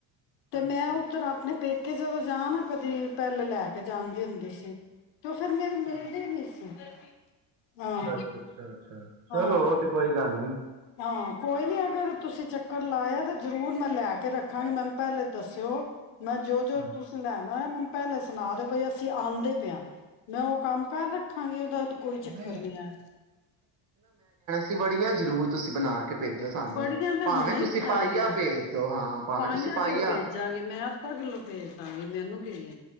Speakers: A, on the left; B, on the right.
A: ਤੇ
B: ਅੱਛਾ
A: ਮੈਂ ਉੱਧਰ
B: ਅੱਛਾ
A: ਆਪਣੇ ਪੇਕੇ ਜਦੋਂ ਜਾ ਆਨਾ ਕਦੀ ਪਹਿਲੇ ਲੈ ਕੇ ਜਾਂਣ। ਹੁੰਦੇ ਸੀ। ਤੋ ਫਿਰ ਮੇਰੇ ਮਿਲਦੀ
B: ਹਾਂ
A: ਨੀ ਸੀ। ਹਾਂ
B: ਅੱਛਾ, ਅੱਛਾ, ਅੱਛਾ। ਚਲੋ
A: ਹਾਂ।
B: ਉਹ ਤੇ ਕੋਈ ਗੱਲ ਹੈਨੀ।
A: ਹਾਂ ਕੋਈ ਨੀ ਅਗਰ ਤੁਸੀ ਚੱਕਰ ਲਾਇਆ ਤੇ ਜਰੂਰ ਮੈਂ ਲੈ ਕੇ ਰੱਖਾਂਗੀ ਮੈਨੂੰ ਪਹਿਲੇ ਦੱਸਿਓ। ਮੈਂ ਜੋ ਜੋ
B: ਹਾਂ
A: ਤੁਸੀ ਲੈਣੈ ਮੈਨੂੰ ਪੈਲੇ ਸ ਸੁਣਾ ਦੇ ਭਈ ਅਸੀਂ ਆਉਂਦੇ ਪਏ ਹਾਂ। ਮੈਂ ਉਹ ਕੰਮ ਕਰ ਰੱਖਾਂਗੀ ਉਹਦਾ ਤੇ ਕੋਈ ਚੱਕਰ
B: ਨਹੀਂ
A: ਨੀ ਐ।
B: ਤੇ ਬੜੀਆਂ ਜ਼ਰੂਰ ਤੁਸੀ ਬਣਾ ਕੇ ਭੇਜੋ ਸਾਨੂੰ
A: ਬੜੀਆਂ ਮੈਂ
B: ਭਾਵੇਂ
A: ਹੁਣੇ
B: ਤੁਸੀਂ
A: ਈ ਬਣਾਈਐਂ।
B: ਪਾਈਆ ਭੇਜ ਦੋ ਹਾਂ ਭਾਵੇਂ
A: ਪਾਈਆਂ
B: ਤੁਸੀਂ ਪਾਈਆ
A: ਕਿਉਂ ਭੇਜਾਂਗੀ ਮੈਂ ਅੱਧਾ ਕਿੱਲੋ ਭੇਜ ਦਾਂਗੀ ਮੈਨੂੰ ਏ